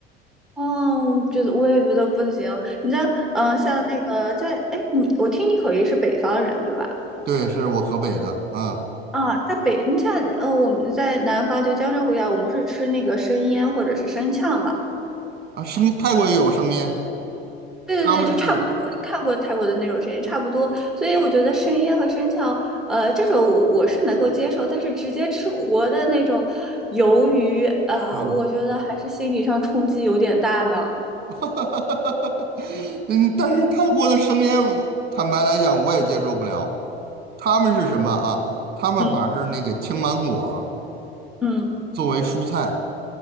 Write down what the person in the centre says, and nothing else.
哦，觉得我也觉得不行。你知道，嗯、像那个在，哎，你我听你口音是北方人对吧？
啊，在北，你像呃，我们在南方就江浙沪一带，我们是吃那个生腌或者是生呛嘛。
对对对，
就差不多。我看过泰国的那种生腌，差不多。所以我觉得生腌和生呛，呃，这种我我是能够接受，但是直接吃活的那种鱿鱼啊、
我觉得还是心理上冲击有点大呢。
嗯嗯